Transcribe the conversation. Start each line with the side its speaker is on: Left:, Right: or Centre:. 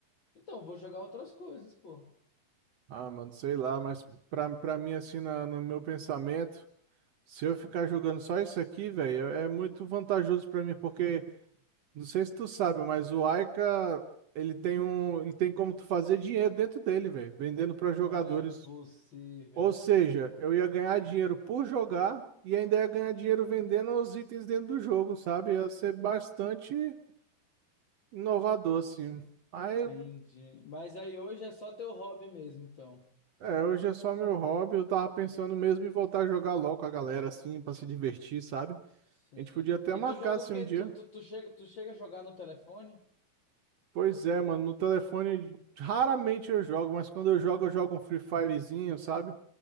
Left: Então, eu vou jogar outras coisas, pô.
Right: Ah, mano, sei lá, mas pra, pra mim, assim, na, no meu pensamento, se eu ficar jogando só isso aqui, velho, é é muito vantajoso pra mim, porque. Não sei se tu sabe, mas o Aika, ele tem um, ele tem como tu fazer dinheiro dentro dele, velho, vendendo para
Left: Não
Right: jogadores.
Left: é possível.
Right: Ou seja, eu ia ganhar dinheiro por jogar e ainda ia ganhar dinheiro vendendo os itens dentro do jogo, sabe? Ia ser bastante inovador, assim. Aí,
Left: Entendi. Mas aí hoje é só teu hobby mesmo, então.
Right: é, hoje é só meu hobby, eu tava pensando mesmo em voltar a jogar LOL com a galera, assim, pra se divertir, sabe?
Left: Sim.
Right: A gente podia até
Left: E
Right: marcar,
Left: tu joga
Right: assim,
Left: o quê?
Right: um dia.
Left: Tu, tu, tu chega, tu chega a jogar no telefone?
Right: Pois é, mano, no telefone raramente eu jogo, mas quando eu jogo, eu jogo um Free Firezinho, sabe?